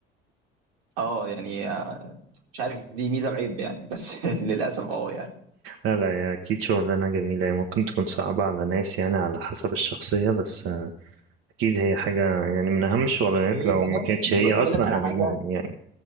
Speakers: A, on the right; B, on the right.
A: اه يعني آه، مش عارف دي ميزة وعيب يعني بس <laughs> للأسف اه يعني
B: لا لا يا اكيد شغلانة جميلة هي ممكن تكون صعبة على ناس يعني على حسب الشخصية بس آه، اكيد هي حاجة يعني من اهم الشغلانات
A: وهي
B: لو
A: كمان
B: ما كانتش
A: يعني
B: هي
A: بص
B: اصلا
A: اقول لك على
B: اهمهم
A: حاجة
B: يعني